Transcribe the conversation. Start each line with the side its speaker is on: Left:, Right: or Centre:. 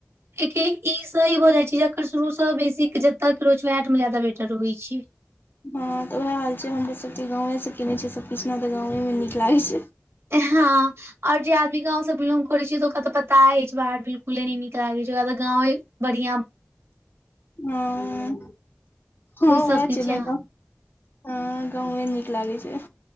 Right: एकिन ई सही भऽ जाई छै जेकर शुरूसँ बेसी जतक रहैत छ वटमे जादा बेटर होइ छै
Left: हँ तऽ उएह हाल छै हमरो सबके गांवे से केने छियै सब किछना तऽ गांे मे नीक लागे छै
Right: हँ आओर जे आदमी गाँं से बिलोंग करैत छै तऽ ओकरा तऽ पता अछि छै बाहर बिलकुले नहि नीक लागैत छै ओकरा त गाँवे बढ़िियां
Left: हँ हँ
Right: बुझि सकै
Left: वएह छै ने
Right: छी
Left: अहिठम
Right: अहाँ
Left: हँ गांउवै नीक लागै छै